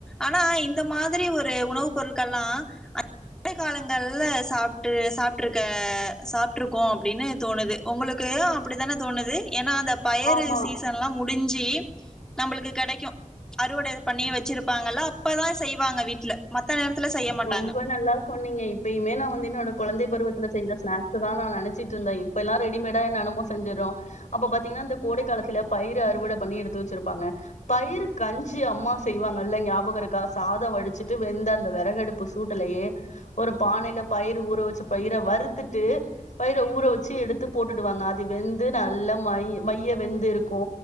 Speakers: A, in the centre; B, on the left.
A: ஆனா இந்த மாதிரி ஒரு உணவு பொருட்கள்லா <unintelligible> காலங்கள்ல சாப்ட்டு சாப்ட்ருக்க சாப்ட்ருக்கோ அப்டினு தோணுது ஒங்களுக்யோ அப்டித்தான தோணுது ஏனா அந்த பயறு
B: ஆமா
A: சீசன்லா முடிஞ்ச் சி நம்பளுக்கு கெடைக்கூ அறுவட பண்ணி வெச்சிருப்பாங்கள்ல அப்பதா செய்வாங்க வீட்ல மத்த நேரத் துல செய்ய மாட்டாங்க
B: ரொம்ப நல்லா சொன்னீங்க இப்பயுமே நா வ ந்து என்னோட குழந்தை பருவத்துல செய்த ஸ்நாக்ஸு தா நா நெனச்சுட்ருந்தே இப்ப எல்லா ரெடிமேடா என்ன என்னமோ செஞ்சிர்றோ அப்ப பாத்தீங்கனா இந்த கோடைக் காலத்துல பயிறு அறுவட பண்ணி எடுத்து வெச்சுருப்பாங்க பயிறு கஞ்சி அம்மா செய்வாங்கள்ல நியாபக இருக்கா சாத வடிச்சுட்டு வெந்த அந்த வெறகடுப் பு சூட்டுலயே ஒரு பானைல பயிறு ஊற வெச்ச பயிற வறுத்துட்டு பயிற ஊற வெச்சு எடுத்து போட்டுடுவாங்க அது வெந்து நல்ல மை மைய வெந்து இருக்கூ